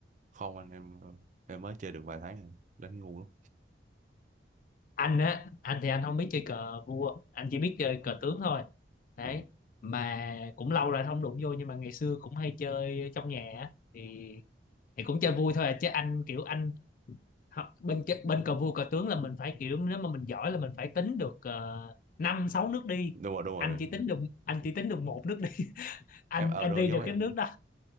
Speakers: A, on the right (about 45°); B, on the left (about 50°).
A: không anh em em mới chơi được vài tháng em đánh ngu lắm
B: anh á anh thì anh không biết chơi cờ vua anh chỉ biết chơi cờ tướng thôi đấy
A: <laughs>
B: mà cũng lâu rồi anh không đụng vô nhưng mà ngày xưa cũng hay chơi trong nhà á. thì thì cũng chơi vui thôi à chứ anh kiểu anh học- bên chơi- bên cờ vua cờ tướng là mình phải kiểu nếu mà mình giỏi là mình phải tính được ờ, năm sáu nước đi
A: đúng rồi đúng
B: anh
A: rồi
B: chỉ tính được anh chỉ tính được một nước anh
A: em ở
B: anh
A: đúng
B: đi
A: rồi, giống
B: được
A: em
B: cái nước đó